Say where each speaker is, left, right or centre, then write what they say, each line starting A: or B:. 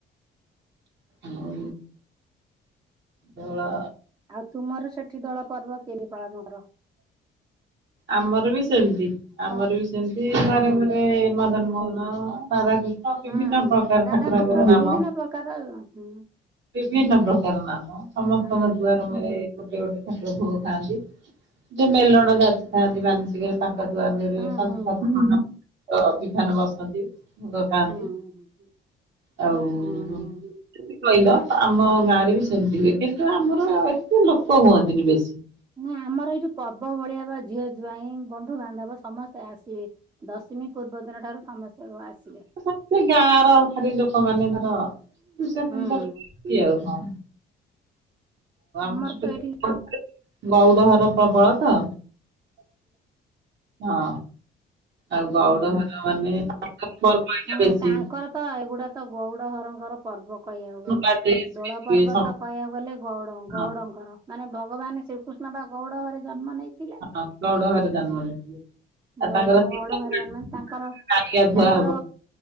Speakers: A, on the right; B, on the right.
A: ହଉ ଧଳା
B: ଆଉ ତୁମର ସେଠି ଦୋଳ ପର୍ବ କେମି ପାଳନ କର?
A: ଆମର ବି ସେମତି ଆମର
B: କଣ
A: ବି ସେମତି ଘରେ
B: ହୁଁ
A: ଘରେ ମଦନ ମୋହନ ରାଧାକୃ ନ ବିଭିନ୍ନ
B: ହୁଁ ହୁଁ
A: ପ୍ରକାର
B: ରାଧାକୃଷ୍ଣ
A: ଠାକୁରଙ୍କର ନାମ
B: ବିଭିନ୍ନ ପ୍ରକାର ହୁଁ
A: ବିଭିନ୍ନ ପ୍ରକାର ନାମ ସମସ୍ତଙ୍କ
B: ହୁଁ।
A: ଦୁଆର ମୁହଁରେ ଗୋଟେ ଗୋଟେ ଠାକୁର ଭୋଗ ଖାଆନ୍ତି ଯିଏ ମେଲଣ ଯାଚିଥାନ୍ତି ମାନସିକ ତାଙ୍କ ଦୁଆରେ ମୁହଁରେ
B: ହୁଁ
A: ପାଞ୍ଚ
B: ହୁଁ
A: ସାତ ବିଭାନ ବସନ୍ତି ଭୋଗ ଖାଆନ୍ତି
B: ହୁଁ ହୁଁ
A: ଆଉ
B: ହୁଁ।
A: କହିଲ ଆମ ଗାଁରେ ବି ସେମିତି ହୁଏ କିନ୍ତୁ ଆମର ଏତେ ଲୋକ ହୁଅନ୍ତିନି ବେଶୀ।
B: ନାଁ ଆମର ଏଇଠି ପର୍ବ ଭଳିଆ ବା ଝିଅ ଜ୍ଵାଇଁ ବନ୍ଧୁବାନ୍ଧବ ସମସ୍ତେ ଆସିବେ ଦଶମୀ ପୂର୍ବ ଦିନ ଠାରୁ ସମସ୍ତେ ଆସିବେ।
A: ସେଇ ଗାଁର ଖାଲି ଲୋକମାନେ ଧର ଦୁଇଶହ ତିନିଶହ
B: ହୁଁ
A: ଲୋକ।
B: ଆମର
A: <unintelligible>
B: ତ ଏଠି
A: ଗଉଡ଼ ଘର ପ୍ରବଳ ତ ହଁ ଆଉ ଗଉଡ଼ ଘର ମାନେ ବରପଇଟା
B: ହୁଁ
A: ବେଶୀ
B: ତାଙ୍କର ତ ଏଗୁଡା଼ ତ ଗଉଡ଼ ଘରଙ୍କର ପର୍ବ କହିବାକୁ ଗଲେ।
A: ନୂଆ ଡ୍ରେସ
B: ଦୋଳା
A: ପିନ୍ଧିବେ
B: ପର୍ବ
A: ସମ
B: ତ କହିବାକୁ ଗଲେ ଗଉଡ଼ ଗଉଡ଼ଙ୍କର
A: ହଁ
B: ମାନେ ଭଗବାନ ଶ୍ରୀକୃଷ୍ଣ ବା ଗଉଡ଼ ଘରେ ଜନ୍ମ ନେଇ
A: ହଁ ଗଉଡ ଘରେ ଜନ୍ମ ନେଇଥିଲେ ଆଉ
B: ଯୋଉ
A: ତାଙ୍କର
B: ଡ଼
A: ତିନି
B: ଗଉଡ଼ ଘରେ ନେଇଥିଲେ ତାଙ୍କର
A: <unintelligible>
B: ତାଙ୍କର